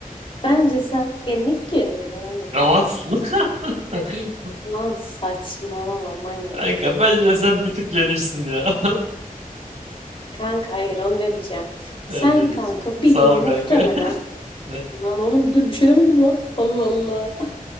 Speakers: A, on the left; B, on the right.
A: bence sen ya ne gidiyorsun hele ya oğlum?
B: Rahatsın. <laughs>
A: Lan saçmalama manyak.
B: Kanka bence sen bir tık genişsin ya. <laughs>
A: Kanka hayır onu demeyeceğim. Sen
B: Evet, ne diyeceğim.
A: kanka bir
B: Sağ
A: gün
B: ol
A: muhtemelen
B: kanka. <laughs> Ne?
A: Lan oğlum bir dur bir şey demedim lan. Allah Allah.